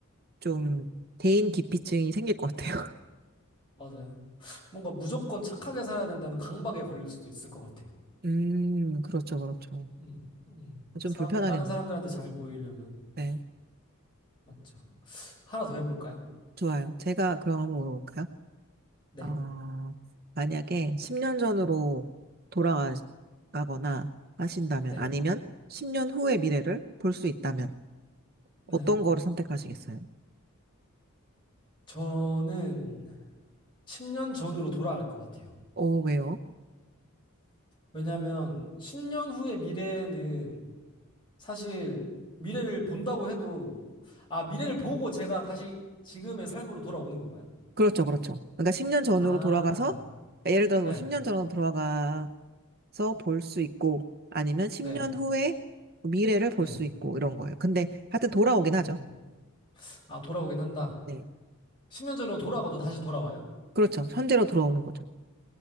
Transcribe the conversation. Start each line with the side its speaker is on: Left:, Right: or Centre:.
Right: 좀
Left: 음
Right: 대인 기피증이 생길 것 같아요.
Left: 맞아요. 뭔가 무조건 착하게 살아야 된다는 강박에 걸릴 수도 있을 것 같아요.
Right: <laughs> 음, 그렇죠, 그렇죠.
Left: 음, 음.
Right: 좀
Left: 사람,
Right: 불편하겠네.
Left: 다른 사람들한테 잘 보이려면,
Right: 네,
Left: 맞죠. 하나 더 해볼까요?
Right: 좋아요. 제가 그럼 한번 물어볼까요?
Left: 네,
Right: 어, 만약에 10년 전으로 돌아가거나 하신다면,
Left: 네,
Right: 아니면 10년 후의 미래를 볼 수 있다면,
Left: 네.
Right: 어떤 거를 선택하시겠어요?
Left: 저는 10년 전으로 돌아갈 것 같아요.
Right: 어, 왜요?
Left: 왜냐하면 10년 후의 미래는 사실 미래를 본다고 해도, 아, 미래를 보고 제가 다시 지금의 삶으로 돌아오는 건가요?
Right: 그렇죠, 그렇죠. 그러니까 10년 전으로
Left: 아,
Right: 돌아가서, 예를 들어서
Left: 네,
Right: 뭐 10년 전으로 돌아가서 볼 수 있고, 아니면 10년
Left: 네,
Right: 후의 미래를 볼
Left: 네.
Right: 수 있고, 이런 거예요. 근데 하여튼 돌아오긴
Left: 음,
Right: 하죠.
Left: 아, 돌아오긴 한다.
Right: 네.
Left: 10년 전으로 돌아가도 다시 돌아와요?
Right: 그렇죠. 현재로 돌아오는 거죠.